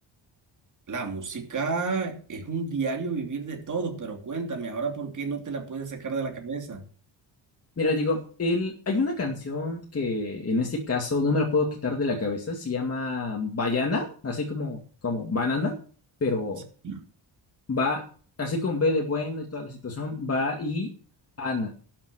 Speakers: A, on the right; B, on the left.
A: La música es un diario vivir de todos, pero cuéntame, ahora por qué no te la puedes sacar de la cabeza.
B: Mira, Diego, el, hay una canción que en este caso no me la puedo quitar de la cabeza, se llama Bayana, así como, como banana, pero
A: Sí,
B: va, así con B de bueno y toda la situación, va y... Ana.